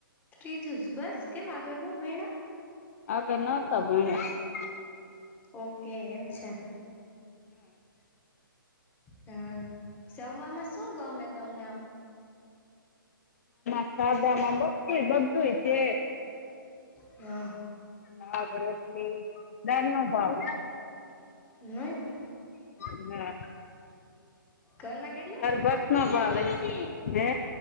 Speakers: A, on the left (about 15°); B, on the left (about 40°).
A: તીજૂ જ બસ, કેમ આગળ ન ભયણા?
B: આગળ નતા ભણ્યા
A: ઓકે એમ છે હમ્મ, જમવામા શું ગમે તમને આમ
B: <unintelligible> સાદામાં બધું બધું ય છે
A: હ
B: શાક રોટલી, દાળ નો ભાવે
A: નઈ
B: ના
A: ઘરમાં કેટલા જણા
B: ભાત
A: નોકરી
B: નો ભાવે
A: કરે
B: હે